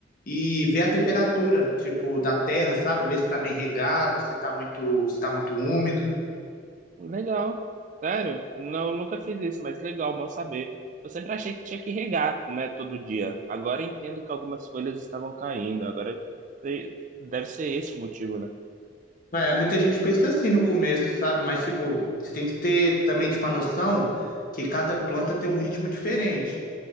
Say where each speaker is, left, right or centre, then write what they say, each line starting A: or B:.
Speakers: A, on the left (about 50°); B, on the right (about 45°).
A: e ver a temperatura, tipo, da terra, sabe? Ver se tá bem regado, se tá muito, se tá muito úmido.
B: Legal. Sério? Não, nunca fiz isso, mas legal, bom saber. Eu sempre achei que tinha que regar, né, todo dia. Agora entendo que algumas folhas estavam caindo. Agora se- deve ser esse o motivo, né?
A: É, muita gente pensa assim no começo, sabe? Mas, tipo, você tem que ter também, tipo, a noção que cada planta tem um ritmo diferente.